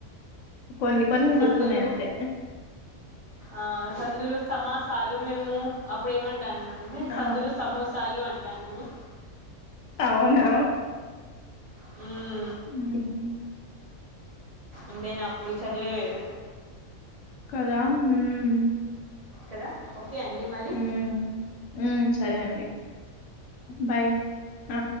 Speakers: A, on the left; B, on the right.
A: కొన్నీ కొన్ని
B: సందులు
A: గుర్తున్నాయి అంతే
B: ఆ సందులు సమాసాలు మేము అప్పుడు ఏమంటా మండి సందులు
A: ఆ!
B: సమోస సాలు అంటాటిమి
A: అవునా
B: హు
A: హ్మ్.
B: ఎంతైనా అప్పుడు చదువేవేరు
A: కదా హ్మ్
B: కదా ఓకే అండి మరి
A: హ్మ్. సరే అండి బాయ్ ఆ